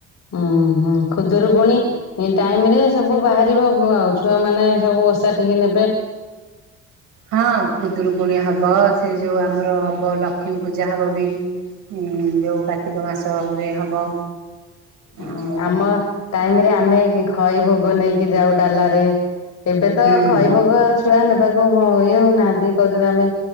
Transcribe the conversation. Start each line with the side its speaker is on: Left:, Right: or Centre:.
Left: ହୁଁ ହୁଁ ଖୁଦୁରୁକୁଣି ଟାଇମରେ ସବୁ ବାହାରିବ ଆଉ, ଛୁଆ ମାନେ ସବୁ ଓଷା ଠିକି ଏବେ
Right: ହଁ ଖୁଦୁରୁକୁଣି ହବ, ସେ ଯୋଉ ଆମର ହବ ଲକ୍ଷ୍ମୀ ପୂଜା ହବ ବି। ଉଁ ଯୋଉ କାର୍ତ୍ତିକ ମାସରେ ହବ।
Left: ହୁଁ
Right: ଆଉ
Left: ଆମ ଟାଇମରେ ଆମେ ଖଇ ଭୋଗ ନେଇକି ଯାଉ ଡାଲାରେ। ଏବେ ତ
Right: ହୁଁ
Left: ଖଇ ଭୋଗ ଛୁଆ ନେବାକୁ ଇଏ ହଉନାହାନ୍ତି। କହୁଛନ୍ତି ଆମେ